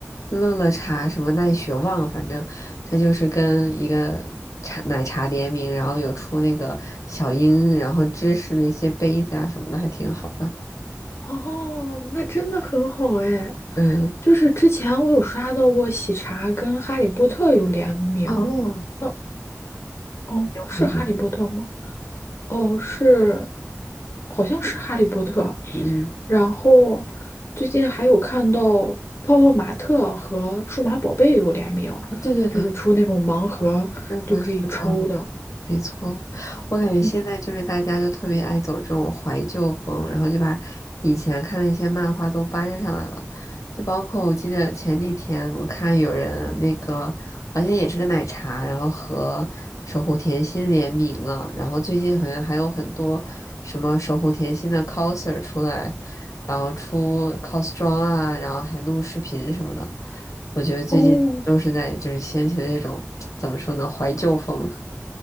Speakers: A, on the left; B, on the left.
A: 乐乐茶什么奈雪忘了，反正它就是跟一个茶奶茶联名，然后有出那个小鹰，然后芝士那些杯子啊什么的，还挺好的。
B: 哦，那真的很好哎。
A: 对，
B: 就是之前我有刷到过喜茶跟哈利波特有联名，
A: 哦，
B: 哦哦，
A: 有好像，
B: 是哈利波特吗？哦，是，好像是《哈利波特》，
A: 嗯，
B: 然后最近还有看到泡泡玛特和数码宝贝有联名，
A: 啊对对对，
B: 就是出那种盲盒就可以抽的。
A: 是的，是的。没错，我感觉现在就是大家就特别爱走这种怀旧风，
B: 嗯
A: 然后就把以前看的一些漫画都搬上来了，就包括我记得前几天我看有人那个好像也是个奶茶，然后和守护甜心联名了，然后最近好像还有很多什么守护甜心的 coser 出来，然后出 cos 装啊，然后还录视频什么的，我觉得最近都是在就是掀起了这种
B: 哦，
A: <tsk> 怎么说呢怀旧风，